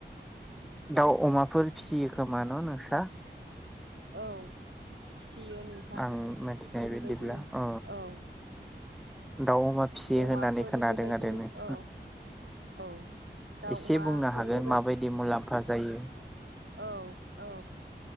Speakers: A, in the centre; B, on the right.
A: दाउ अमाफोर फिसियो खोमा न' नोंस्रा
B: औ फियो नोंथां
A: आं मिथिनाय
B: बेबायदिनो
A: बायदिब्ला अ
B: औ।
A: दाउ अमा फिसियो
B: अमाफोर
A: होननानै खोनादों
B: बेबायदिनो
A: आरो नोंस
B: औ औ दाउ
A: एसे
B: अमाफोर
A: बुंनो हागोन
B: बेबायदि
A: माबायदि मुलाम्फा जायो।
B: औ औ